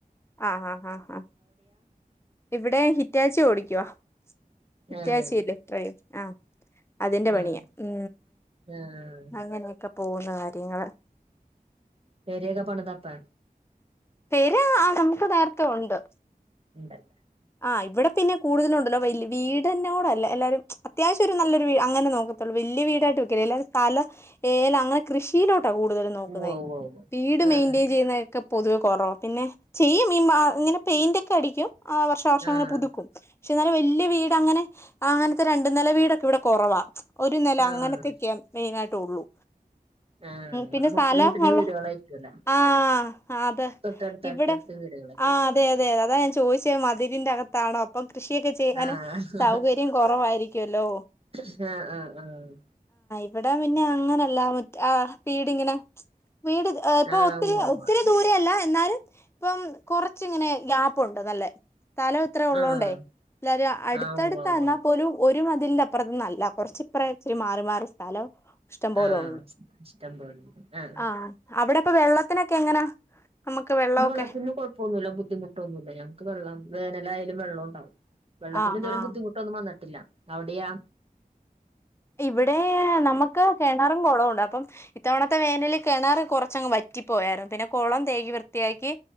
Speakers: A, on the left; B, on the right.
A: ആ ആ ആ ആ ഇവിടെ ഹിറ്റാച്ചിഓടിക്കുവ ഹിറ്റാച്ചിഇല്ലേക്രെയിൻ
B: ആഹ്
A: ആഹ് അതിന്റെ പണിയാ
B: ആഹ്
A: ഉ
B: ആഹ്
A: അങ്ങനെയൊക്കെ പോകുന്ന കാര്യങ്ങള്
B: പേരയൊക്കെ പണതാപ്പാ
A: പേരാ ആ നമുക്ക് നേരത്തെ ഒ ണ്ട്
B: ഉണ്ടല്ലേ
A: ആ ഇവിടെ പിന്നെ കൂടുതല ഉണ്ടല്ലോ വല് വീടന്നോട അല്ല എല്ലാരും അത്യാവശ്യം ഒരു നല്ലൊരു അങ്ങനെ നോക്കത്തുള്ളൂ വല്ല്യ വീടായിട്ട് വക്കല അല്ല തല ഏല അങ്ങനെ കൃഷിയിലോട്ട ട്ട കൂടുതലും നോക്കുന്നെ
B: ഉവ്വ ഉവ്വ ഉവ്വ
A: വീട് മെയിന്റെയിൻ
B: ആഹ്
A: ചെയ്യുന്നതൊക്കെ പൊതുവെ കുറവ പിന്നെ ചെയ്യും മാ ഇങ്ങനെ പെയിൻ്റ് ഒക്കെ അടിക്കും ആ വർഷാ വർഷം
B: ആഹ്
A: ഇങ്ങനെ പുതുക്കും പക്ഷേ എന്നാലും വല്യ വീട് അങ്ങനെ അങ്ങനത്തെ രണ്ട നില വീടക്കെ ഇവിടെ കുറവാണ് ഒരു നില
B: ആഹ് ആഹ്
A: അങ്ങനത്തെൊക്കെയ മെയിന ആയിട്ട് ഉ
B: ആഹ്
A: പിന്നെ
B: ഇവിടെ മുട്ടിന്
A: സ്ഥലംള്ള
B: മുട്ടിന് വീടുകളായിരിക്കുവല്ലോ
A: ആ അതെ
B: തൊട്ടടുത്ത്
A: ഇവിടെ
B: അടുത്തടുത്ത് വീടുകളൊക്കെ
A: ആ അതെ അതെ അതെ അതാ ഞാൻ ചോദിച്ചേ മധുരിന്റെ അകത്താണോ അപ്പം കൃഷിയൊക്കെ ചെയ്യാാനും
B: ആഹ്
A: സൗകര്യം കുറവായിരിക്കല്ലോ
B: ആഹ് ആഹ് ആഹ്
A: എവിടാ പിന്നെ അങ്ങനല്ല ആ വീടിങ്ങനെ വീട് ഇപ്പൊ
B: ആഹ്
A: ഒത്തിരി
B: ഉവ്വ
A: ഒത്തിരി
B: ഉവ്വ
A: ദൂരല്ല എന്നാലും ഇപ്പം കൊറച്ച്ങ്ങനെ ഗ്യാപ്പുണ്ട് നല്ലേ തലം ഇത്ര ഉള്ളതോണ്ടേ
B: ആഹ്
A: എല്ലും അടുത്തടുത്ത്ന്നാൽ
B: ആഹ് ഉവ്വ ഉവ്വ ഉവ്വ
A: പോലും ഒരു മ ഇതിന്റെ അപ്പുറത്ത്ന്നല്ല കുറച്ച് ഇപ്പറം ഇച്ചിരി മാറി മാറി സ്ഥലം ഇഷ്ടം പോലണ്ട്
B: ആഹ് ഇഷ്ടം പോലെ ആഹ്
A: ആ അവിടെ ഇപ്പൊ വെള്ളത്തിനൊക്കെ എങ്ങനാ നമുക്ക് വെള്ളമൊക്കെ
B: ഇമ്മടെ വെള്ളത്തി കുഴപ്പമൊന്നുമില്ല ബുദ്ധിമുട്ടൊന്നുമില്ല ഞക്ക് വെള്ളം വേനലായാലും വെള്ളം ഉണ്ടാവും വെള്ളത്തിന്
A: ആഹ്
B: ഇതുവരെ
A: ആഹ്
B: ബുദ്ധിമുട്ടൊന്നും വന്നിട്ടില്ല അവിടെയാ
A: ഇവിടെ നമുക്ക് കിണറും കുളവും ഉണ്ട് അപ്പം ഇത്തവണത്തെ വേനൽ കിണർ കുറച്ചങ്ങ് വറ്റ റ്റി പോയായിരുന്നു പിന്നെ കുളം തേകി വൃത്തിയാക്കി